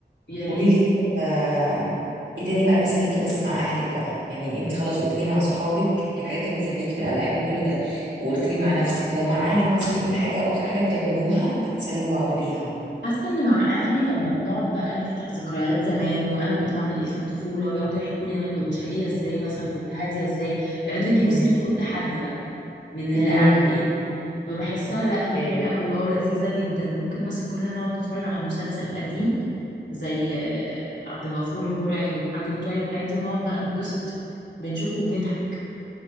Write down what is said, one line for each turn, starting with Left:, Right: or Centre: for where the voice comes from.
Left: يا ريت
Right: قولي لي كده آه، ايه تاني بقى بيسليكي بس مع اهلك بقى يعني انت خلاص قلت لي مع صحابك الحاجات اللي بتسليكي في الالعاب وكل ده وقلت لي مع نفسك لو مع اهلك مثلا ايه الحاجه اكتر حاجه بتعملوها بتسلوا بعض بيها
Left: حاسه ان مع اهلي لما بنقعد بقى نفتح ذكريات زمان وانا كنت بعمل ايه في الطفوله ويقعدوا يحكوا لي انا كنت شقيه ازاي مثلا كنت هاديه ازاي يقعدوا يجيبوا
Right: امم
Left: سيره كل حد بقى من
Right: امم
Left: اللي قاعدين فبحسها
Right: اوكي
Left: لا هي حاجه الله لذيذه جدا ممكن مثلا كلنا نقعد نتفرج على مسلسل قديم زي آه، عبد الغفور البرعي وحاج متولي الحاجات دي ونقعد بقى نتبسط بنشوفه وبنضحك